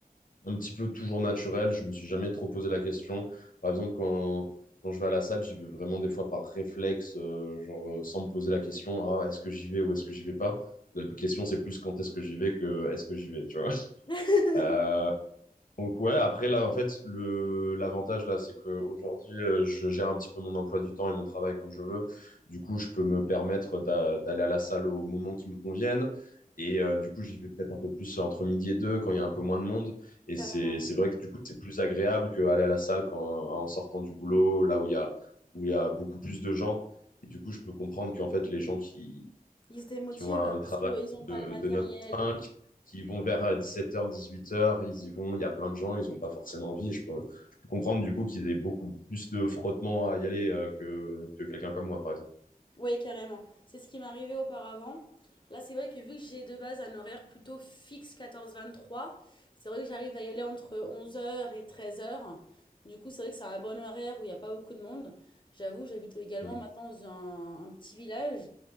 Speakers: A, on the left (about 60°); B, on the left (about 30°).
A: un petit peu toujours naturel. Je me suis jamais trop posé la question. Par exemple, quand, quand je vais à la salle, j'y vais vraiment des fois par réflexe, euh, genre euh, sans me poser la question, ah, est-ce que j'y vais ou est-ce que j'y vais pas? La question, c'est plus quand est-ce que j'y vais que est-ce que j'y vais, tu vois.
B: <laughs>
A: Euh, donc ouais, après là en fait le l'avantage là c'est que aujourd'hui euh, je gère un petit peu mon emploi du temps et mon travail comme je veux. Du coup, je peux me permettre d'a- d'aller à la salle au moment qui me convienne et euh, du coup, j'y vais peut-être un peu plus entre midi et deux quand il y a un peu moins de monde et
B: Carrément.
A: c'est c'est vrai que du coup, c'est plus agréable qu'aller à la salle quand en sortant du boulot là où il y a où il y a beaucoup plus de gens et du coup, je peux comprendre qu'en fait les gens qui
B: Ils se démotivent
A: qui ont un travail
B: parce qu'ils n'ont
A: de,
B: pas le matériel.
A: de 9 à cinq, qui vont vers dix-sept heures dix-huit heures, ils y vont, il y a plein de gens, ils n'ont pas forcément envie. Je peux, je peux comprendre du coup qu'il y ait beaucoup plus de frottement à y aller euh, que, que quelqu'un comme moi, par exemple.
B: Oui, carrément. C'est ce qui m'arrivait auparavant. Là, c'est vrai que vu que j'ai de base un horaire plutôt fixe 14-23, c'est vrai que j'arrive à y aller entre 11h et 13h. Du coup, c'est vrai que c'est un bon horaire où il n'y a pas beaucoup de monde. J'avoue, j'habite également
A: Mm.
B: maintenant dans un, un petit village.